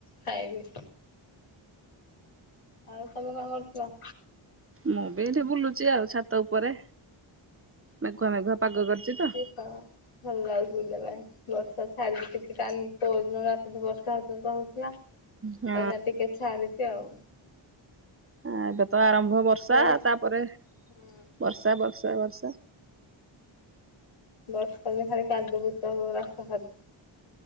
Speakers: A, on the left; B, on the right.
A: ଖାଇବି। ଆଉ ତମେ କଣ କରୁଥିଲ?
B: ମୁଁ ବି ଏଇଠି ବୁଲୁଚି ଆଉ ଛାତ ଉପରେ ମେଘୁଆ ମେଘୁଆ ପାଗ କରିଛି ତ।
A: ହଁ। ଭଲ ଲାଗୁଛି ବୁଲିବା ପାଇଁ ବର୍ଷା ଛାଡିଚି ଟିକେ କାଲି ପଅରଦିନଠୁ ରାତିଠୁ ବର୍ଷା ହଉଥିଲା।
B: ହଁ
A: ଏଇନା ଟିକେ ଛାଡିଚି ଆଉ।
B: ଆଁ। ଏବେ ତ ଆରମ୍ଭ ବର୍ଷା
A: ଟିକେ
B: ତାପରେ
A: ହୁଁ
B: ବର୍ଷା ବର୍ଷା ବର୍ଷା।
A: ବର୍ଷା ଦିନେ ଖାଲି କାଦୁଅ ପୁଜ ହବ ରାସ୍ତା ଖାଟ।